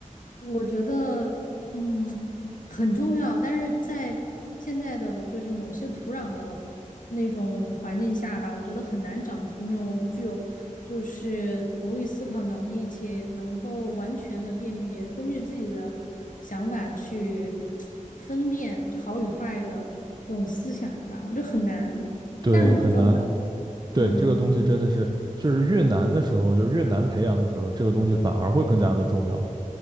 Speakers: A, on the left; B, on the right.
A: 我觉得，嗯，很重要，但是在现在的就是某些土壤的那种环境下吧，我觉得很难长出那种具有就是独立思考能力且能够完全的辨别，根据自己的想法去分辨好与坏的这种思想吧，我觉得很难，
B: 对，
A: 但是很重要。
B: 很难。对，
A: 嗯
B: 这个东西真的是，就是越难的时候，就是越难培养的时候，这个东西反而会更加的重要，